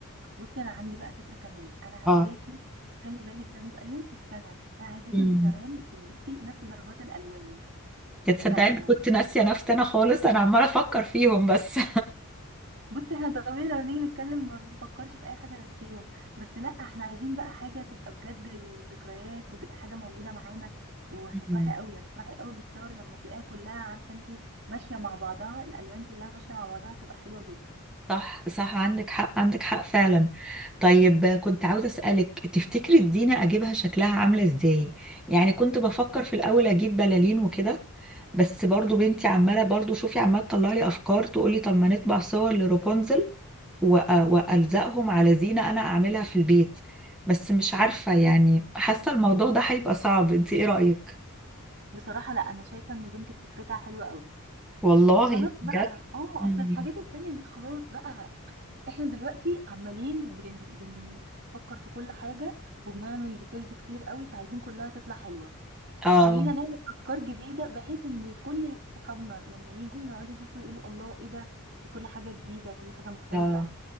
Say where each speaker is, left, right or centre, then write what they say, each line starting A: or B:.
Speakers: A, on the right; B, in the centre.
A: بصي انا عندي بقى فكره كمان انا عايزاكي
B: اه
A: خلي بالك ده بيبقى يوم في السنه انا عايزاكي
B: امم
A: انت كمان تلبسي نفس درجات الالوان
B: يا تصدقي
A: بتاعتهم
B: انا كنت ناسيه نفسي انا خالص انا عماله افكر فيهم بس
A: بصي احنا طبيعي لو نيجي نتكلم ما بنفكرش في اي حاجه غير فيهم بس لا احنا عايزين بقى حاجه تبقى بجد للذكريات وتبقى حاجه موجوده معانا وهتفرحي
B: مم.
A: قوي هتفرحي قوي بالصور لما تلاقيها كلها عارفه انت ماشيه مع بعضها الالوان كلها ماشيه مع بعضها هتبقى حلوه جدا
B: صح صح عندك حق عندك حق فعلا طيب كنت عاوزة أسألك تفتكري الزينة أجيبها شكلها عاملة إزاي يعني كنت بفكر في الأول أجيب بلالين وكده بس برضو بنتي عمالة برضو شوفي عمالة تطلع لي أفكار تقولي طب ما نطبع صور لروبونزل وأ- وألزقهم على زينة أنا أعملها في البيت بس مش عارفة يعني حاسة الموضوع ده هيبقى صعب انت ايه رأيك؟
A: بصراحه لا انا شايفه ان بنتك فكرتها حلوه قوي
B: والله
A: خلاص بقى
B: بجد؟
A: اه
B: مم.
A: اصل الحاجات التانية دي خلاص بقى احنا دلوقتي عمالين بن... بنفكر في كل حاجة وبنعمل ديتيلز كتير قوي فعايزين كلها تطلع حلوة
B: اه
A: فخلينا نعمل افكار جديدة بحيث ان كل صحابنا لما يجوا يقعدوا يشوفوا يقولوا الله ايه ده ده كل حاجة جديدة كل حاجة مختلفة
B: اه